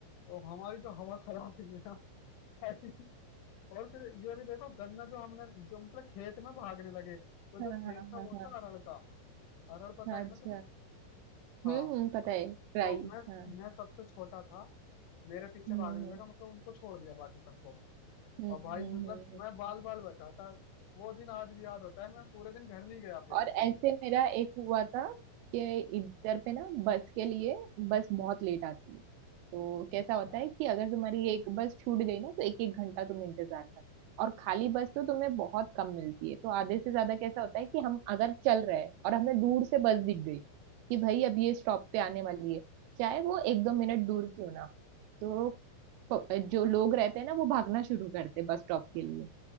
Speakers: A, on the left; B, on the right.
A: तो हमारी जो हवा खराब हुई है ना भाई और फिर ये भी देखो गन्ना जो हमने जो मतलब खेत में भागने लगे तो जो
B: हाँ
A: खेत
B: हाँ
A: था वो
B: हाँ
A: था अरहर का अरहर पता
B: हाँ
A: है
B: अच्छा
A: ना तुम्हें हाँ
B: हम्म हम्म, पता है ट्राई
A: तो मैं
B: हाँ
A: मैं सबसे छोटा था मेरे पीछे
B: हम्म
A: भागने लगा मतलब उनको छोड़ दिया बाकी सबको
B: हम्म
A: और
B: हम्म
A: भाई मतलब
B: हम्म हम्म, हम्म।
A: मैं बाल बाल बचाता वो दिन आज भी याद होता है मैं पूरे दिन घर नहीं गया फिर
B: और
A: उस दिन
B: ऐसे मेरा एक हुआ था कि इधर पे ना बस के लिए बस बहुत लेट आती है तो कैसा
A: अच्छा
B: होता है कि अगर तुम्हारी एक बस छूट गई ना तो एक एक घंटा तुम इंतजार कर और खाली बस तो तुम्हें बहुत कम मिलती है तो आधे से ज्यादा कैसा होता है कि हम अगर चल रहे हैं और हमें दूर से बस दिख गई कि भाई अब ये स्टॉप पे आने वाली है चाहे वो एक दो मिनट दूर क्यों ना हो, तो प- जो लोग रहते हैं ना वो भागना शुरू करते बस स्टॉप के लिए